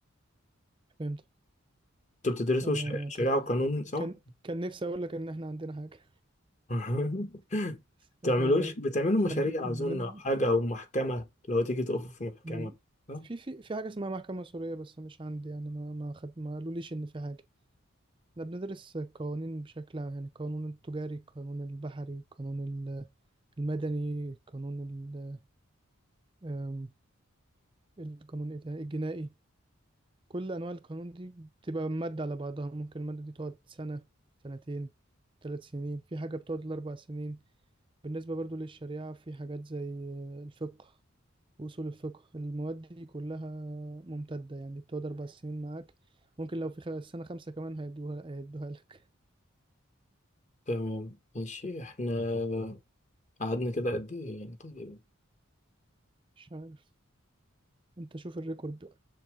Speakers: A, on the right; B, on the left.
A: فهمتك
B: بتدرسوا
A: آه
B: ش- شريعة
A: ك-
B: وقانون صح؟
A: كان كان نفسي أقول لك إن إحنا عندنا حاجة
B: <laughs>
A: <laughs> بس
B: بتعملوش
A: إحنا
B: بتعملوا
A: إحنا
B: مشاريع
A: بن... بن-
B: أظن أو حاجة أو محكمة لو تيجي تقفوا في محكمة
A: م-
B: آه،
A: في في في حاجة اسمها محكمة سورية بس مش عندي يعني ما ما خد... ما قالوليش إن في حاجة إحنا بندرس القوانين بشكل عام يعني القانون التجاري القانون البحري القانون ال- المدني القانون ال... آم، القانون إيه تاني؟ الجنائي كل انواع القانون دي بتبقى مادة على بعضها ممكن المادة دي تقعد سنة سنتين ثلاث سنين في حاجة بتقعد الأربع سنين بالنسبة برضو للشريعة في حاجات زي الفقه وأصول الفقه المواد دي كلها ممتدة يعني بتقعد أربع سنين معاك ممكن لو في خ- سنة خمسة كمان هيدوها هيدوها لك
B: تمام ماشي احنا قعدنا كده قد ايه يعني تقريبا
A: مش عارف أنت شوف الريكورد